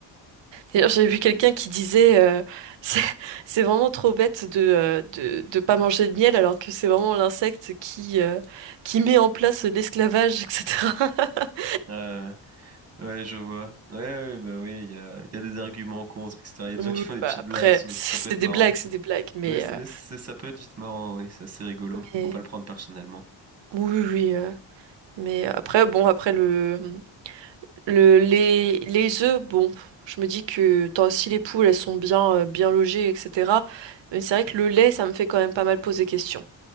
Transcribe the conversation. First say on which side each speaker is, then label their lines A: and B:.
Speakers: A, on the right; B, on the right.
A: D'ailleurs, j'ai vu quelqu'un qui disait, euh, <laughs> c'est c'est vraiment trop bête de, euh, de, de pas manger de miel, alors que c'est vraiment l'insecte qui, euh, qui met en place l'esclavage, etc. <laughs>
B: Euh, ouais, je vois. Ouais, ouais, ouais, bah oui, il y a, il y a des arguments contre, etc. Il y a
A: Oui,
B: des gens
A: oui,
B: qui font des
A: bah,
B: petites
A: après,
B: blagues, ça,
A: <laughs> c'est
B: ça peut être
A: c'est des
B: marrant.
A: blagues, c'est des blagues, mais,
B: Oui, c'est-
A: euh,
B: mais c'est- ça peut être vite marrant, oui, c'est assez rigolo. Faut
A: mais-
B: pas le prendre personnellement.
A: oui, oui, oui, euh, mais après, bon, après le, Le, les, les œufs, bon, je me dis que tant, si les poules, elles sont bien, euh, bien logées, etc. Mais c'est vrai que le lait, ça me fait quand même pas mal poser question.